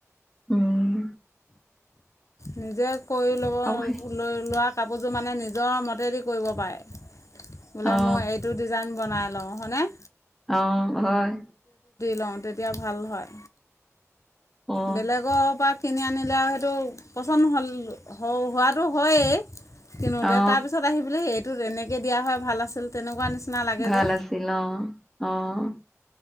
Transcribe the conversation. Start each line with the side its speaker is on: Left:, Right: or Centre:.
Centre: উম
Left: নিজে কৰি ল'ব
Centre: আৰু সেই
Left: লৈ লোৱা। কাপোৰযোৰ মানে নিজৰ মতেদি কৰিব পাৰে, বোলে
Centre: অ
Left: মোৰ এইটো ডিজাইন বনাই লওঁ। হয় নে?
Centre: অহ হয়।
Left: লওঁ তেতিয়া ভাল হয়।
Centre: অ
Left: বেলেগৰ পা কিনি আনিলে আৰু সেইটো পচন্দ হ'ল হোৱাটো হয়েই কিনোতে
Centre: অ
Left: তাৰ পিছত আহিবি এইটোত এনেকে দিয়া হয় ভাল আছিল তেনেকুৱা নিচিনা। লাগে
Centre: ভাল
Left: যে
Centre: আছিল অ' অ'।